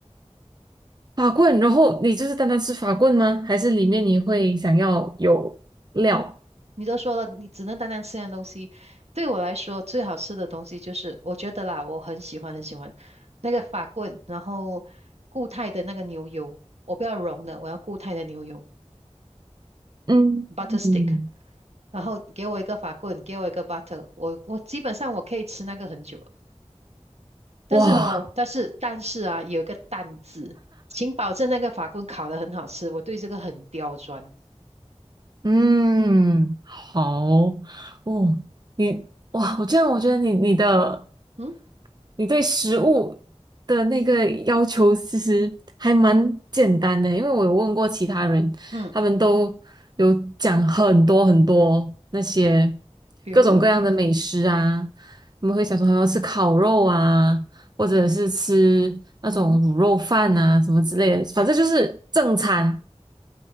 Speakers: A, on the right; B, on the right.
A: 法棍？然后你就是单单吃法棍吗？还是里面你会想要有料？
B: 你都说了，你只能单单吃那样东西。对我来说，最好吃的东西就是，我觉得啦，我很喜欢很喜欢那个法棍，然后固态的那个牛油，我不要融的，我要固态的牛油
A: 嗯嗯，
B: （butter stick）。然后给我一个法棍，给我一个 butter，我我基本上我可以吃那个很久了但是哦，
A: 哇，
B: 但是但是啊，有一个“蛋”字，请保证那个法棍烤得很好吃，我对这个很刁钻。
A: 嗯，好哦，你哇，我这样我觉得你你的。
B: 嗯。
A: 你对食物的那个要求其实还蛮简单的，因为我有问过其他人，
B: 嗯，
A: 他们都有讲很多很多那些
B: 比如，
A: 各种各样的美食啊，他们会想说他们要吃烤肉啊，或者是吃那种卤肉饭啊什么之类的，
B: 嗯哼，
A: 反正就是正餐。